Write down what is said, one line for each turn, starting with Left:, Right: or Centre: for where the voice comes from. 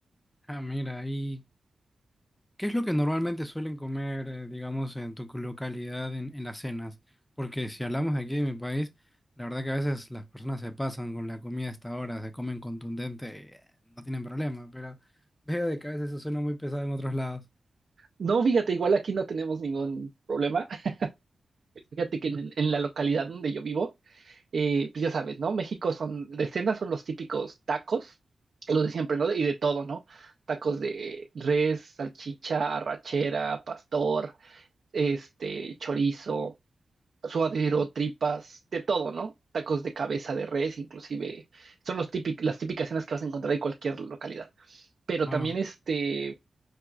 Left: Ah, mira, ¿y qué es lo que normalmente suelen comer, eh, digamos, en tu localidad en, en las cenas? Porque si hablamos aquí de mi país, la verdad que a veces las personas se pasan con la comida hasta ahora, se comen contundente y eh, no tienen problema, pero <laughs> veo de que a veces eso suena muy pesado en otros lados.
Right: No, fíjate, igual aquí no tenemos ningún problema. <laughs> Fíjate que en en la localidad donde yo vivo eh, pues ya sabes, ¿no? México son, de cena son los típicos tacos, los de siempre, ¿no? Y de todo, ¿no? Tacos de res, salchicha, arrachera, pastor, este, chorizo, suadero, tripas, de todo, ¿no? Tacos de cabeza de res, inclusive, son los típic- las típicas cenas que vas a encontrar en cualquier localidad. Pero
Left: Wow,
Right: también, este,